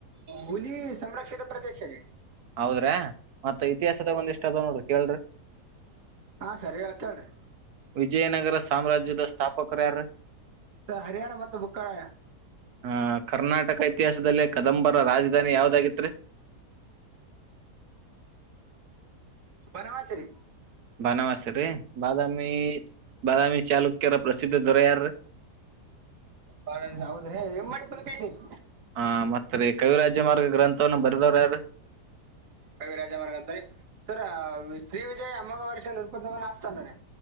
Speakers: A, on the right; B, on the right.
A: ಹುಲಿ ಸಂರಕ್ಷಿತ ಪ್ರದೇಶ ರಿ.
B: ಹೌದ್ರ್ಯ. ಮತ್ತ ಇತಿಹಾಸದಾಗ್ ಒಂದಿಷ್ಟ್ ಅದಾವ್ ನೋಡ್ರಿ ಕೇಳ್ರಿ?
A: ಹಾ ಸರ್ ಹೇಳ ಕೇಳ್ರಿ
B: ವಿಜಯನಗರ ಸಾಮ್ರಾಜ್ಯದ ಸ್ಥಾಪಕರ ಯಾರ್ ರಿ?
A: ಸ ಹರಿಯಾನ ಬಂತು ಬುಕ್ಕರಾಯ.
B: ಹ ಕರ್ನಾಟಕ ಇತಿಹಾಸದಲ್ಲಿ ಕದಂಬರ ರಾಜದಾನಿ ಯಾವ್ದ್ ಆಗಿತ್ತು.
A: ಬನವಾಸಿರಿ.
B: ಬನವಾಸಿ ರೀ ಬಾದಾಮಿ ಬಾದಾಮಿ ಚಾಲುಕ್ಯರ ಪ್ರಸಿದ್ಧ ದೊರೆ ಯಾರೀ.
A: ಬಾದಮಿ ಹೌದ್ರಿ ಹಿಮ್ಮಡಿಪುಲಿಕೇಶಿ ರಿ.
B: ಹಾ ಮತ್ತ್ ರಿ ಕವಿರಾಜ್ಯ ಮಾರ್ಗ ಗ್ರಂಥವನ್ನ ಬರ್ದವ್ರು ಯಾರ್ರೀ.
A: ಕವಿರಾಜಮಾರ್ಗ ಅಂತನೇ ಸರ್ ಶ್ರೀ ವಿಜಯ ಅಮ್ಮಗವರ್ಷ ನೃಪತುಂಗನ ಆಸ್ತನ ರೀ